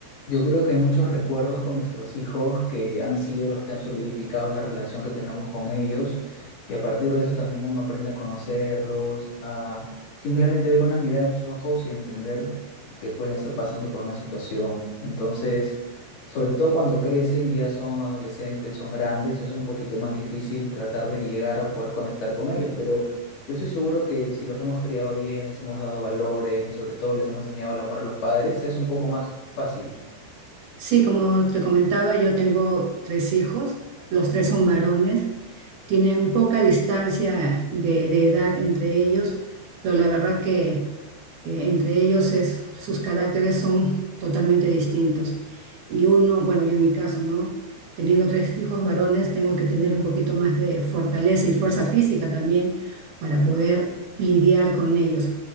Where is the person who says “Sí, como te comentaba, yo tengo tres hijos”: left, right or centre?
Right